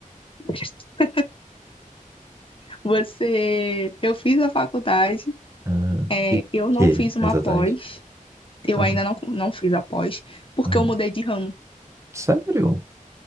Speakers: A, on the left (about 40°); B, on the right (about 20°).
A: <laughs> Você, eu fiz a faculdade,
B: Ah,
A: é,
B: e
A: eu não
B: que,
A: fiz uma
B: exatamente?
A: pós, eu
B: Ah,
A: ainda
B: não.
A: não, não fiz a pós, porque
B: Ah,
A: eu mudei de ramo.
B: sério?